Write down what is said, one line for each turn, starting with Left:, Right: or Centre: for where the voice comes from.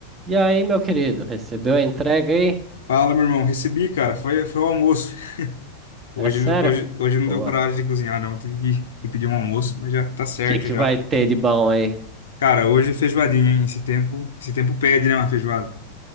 Right: E aí, meu querido, recebeu a entrega aí?
Left: Fala, meu irmão. Recebi, cara. Foi, foi o almoço. Hoje,
Right: É sério?
Left: hoje, hoje não
Right: Boa.
Left: deu coragem
Right: O
Left: de cozinhar, não. Tive que, que pedir um almoço, mas já tá certo
Right: que que
Left: já.
Right: vai ter de bom aí?
Left: Cara, hoje é feijoadinha, hein? Esse tempo, esse tempo pede, né, uma feijoada?